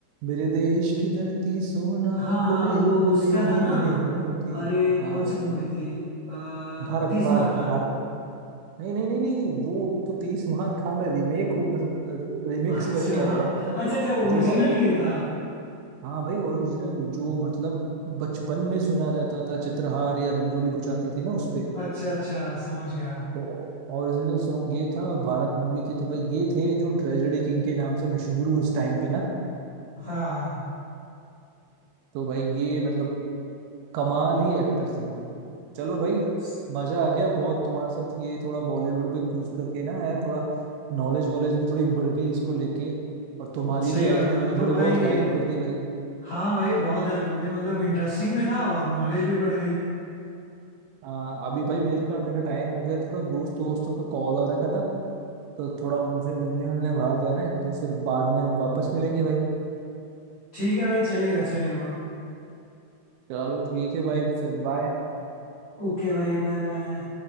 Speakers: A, on the right; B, on the left.
A: मेरे देश की धरती सोना
B: हाँ
A: उगले
B: हाँ वो
A: उगले
B: उसका था
A: हीरे
B: ना
A: मोती
B: अरे
A: हाँ
B: कौन
A: भाई
B: सी मूवी थी अ,
A: भारत
B: तीस
A: भारत
B: मार खान
A: भारत नहीं नहीं नहीं नहीं नहीं, वो तो तीस मार खा में रीमेक मतलब रिमिक्स
B: अच्छा
A: करके आया है
B: अच्छा अच्छा
A: जो
B: ओरिजिनल
A: भाई
B: ये था
A: हाँ भाई ओरिजिनल जो मतलब बचपन में सुना जाता था चित्रहार या रंगोली कुछ आती थी ना उसपे
B: अच्छा अच्छा समझ गया
A: तो ओरिजिनल सॉन्ग ये था और भारत मूवी थी तो भाई ये थे जो ट्रेजेडी किंग के नाम से मशहूर हुए उस टाइम पे ना
B: हाँ
A: तो भाई ये मतलब कमाल ही एक्टर थे चलो भाई
B: स-
A: मजा आ गया बहुत तुम्हारे साथ ये थोड़ा बॉलीवुड पे क्रूज करके ना यार थोड़ा नॉलेज वॉलेज भी थोड़ी बढ़ गई इसको लेके और तुम्हारी
B: सही
A: भी आई
B: बात
A: थिंक
B: है
A: मैंने
B: मतलब
A: थोड़ी
B: भाई
A: बहुत हेल्प कर दी भाई
B: हाँ भाई बहुत हेल्प हो गई मतलब इंटरेस्टिंग भी था और नॉलेज भी बढ़ गई
A: आ, अभी भाई मेरे का मेरा टाइम हो गया थोड़ा दोस्तों दोस्तों का कॉल आ रखा था तो थोड़ा उनसे मिलने मिलने बाहर जाना है तो फिर बाद में हम वापस मिलेंगे भाई
B: ठीक है भाई चलेगा चलेगा
A: चलो ठीक है भाई फिर बाय
B: ओके भाई बाय बाय